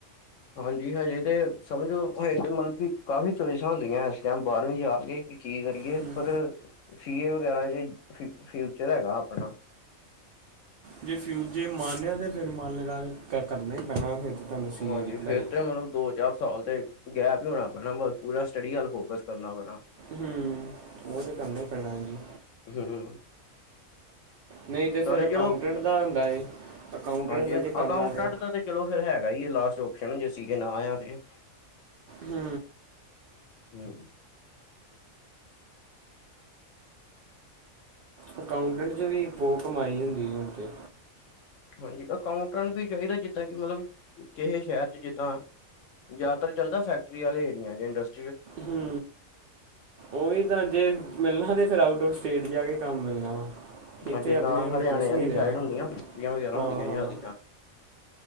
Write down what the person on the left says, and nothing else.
ਹਾਂਜੀ, ਹਜੇ ਤੇ ਸਮਝੋ ਓ ਏਕ <unintelligible> ਕਾਫ਼ੀ ਚੋਇਸਾਂ ਹੁੰਦੀਆਂ ਇਸ ਟਾਈਮ ਬਾਰਵੀਂ ਚ ਆ ਕੇ। ਕੀ ਕਰੀਏ?
ਪਰ ਸੀ ਏ ਵਗੈਰਾ ਜੇ ਫਿ ਫਿਊਚਰ ਹੈਗਾ ਆਪਣਾ।
ਹਾਂਜੀ,
ਫੇਰ ਤੇ ਮੈਨੂੰ ਦੋ ਚਾਰ ਸਾਲ ਤੇ ਗੈਪ ਹੀ ਹੋਣਾ ਪੈਣਾ, ਬਸ ਪੂਰਾ ਸਟੱਡੀ ਵੱਲ ਫੋਕਸ ਕਰਨਾ ਪੈਣਾ।
ਹੂ ਹੁ।
ਚਲੋ
ਹਾਂਜੀ
ਅਕਾਊਂਟੈਂਟ
ਦਾ ਤੇ ਚਲੋ ਫਿਰ ਹੈਗਾ ਈ ਹੈ ਲਾਸਟ ਓਪਸ਼ਨ ਜੇ ਸੀ ਏ ਨਾ ਆਇਆ ਤੇ।
ਹੁੰ।
ਹਾਂਜੀ ਅਕਾਊਂਟੈਂਟ ਵੀ ਚਾਹੀਦਾ ਜਿੱਹਦਾਂ ਕਿ ਮਤਲਬ ਕਿਹੈ ਸ਼ਹਿਰ ਚ ਜਿੱਹਦਾਂ ਜਿਆਦਾਤਰ ਚਲਦਾ ਫੈਕਟਰੀ ਵਾਲੇ ਏਰੀਆ ਦੇ ਅੰਡਰਸ।
ਹਾਂ
ਜਿੱਹਦਾਂ
ਹਰਿਆਣੇ
ਵਾਲੀ
ਸਾਈਡ
ਹੋਉਨੀਆਂ <unintelligible>